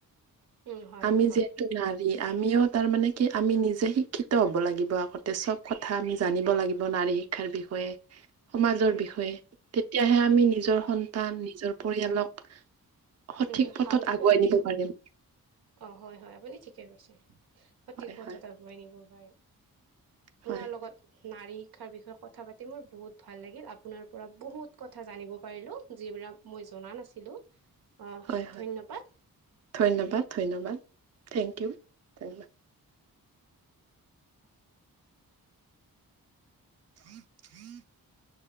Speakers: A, on the right (about 85°); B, on the right (about 45°).
A: উম, হয়,
B: আমি
A: হয়।
B: যিহেতু নাৰী আমিও তাৰ মানে কি আমি নিজে শিক্ষিত হ'ব লাগিব আগতে চব কথা আমি জানিব লাগিব নাৰী শিক্ষাৰ বিষয়ে হয়। সমাজৰ
A: উম,
B: বিষয়ে
A: উম,
B: তেতিয়াহে আমি নিজৰ
A: উম,
B: সন্তান নিজৰ পৰিয়ালক সঠিক
A: উম,
B: পথত
A: ভাল
B: আগুৱাই
A: পথ দিশা
B: নিব পাৰিম।
A: অ', হয়- হয় আপুনি ঠিকে কৈছে সঠিক
B: হয়
A: পথত
B: হয়
A: আগুৱাই নিব পাৰে। আপোনাৰ
B: হয়
A: লগত নাৰী শিক্ষাৰ বিষয়ে কথা পাতি মোৰ বহুত ভাল লাগিল, আপোনাৰ পৰা বহুত কথা জানিব পাৰিলো। যিবিলাক মই জনা নাছিলো, অ
B: হয় হয়।
A: ধন্যবাদ।
B: ধন্যবাদ ধন্যবাদ থেংক ইউ, ধন্যবাদ <unintelligible>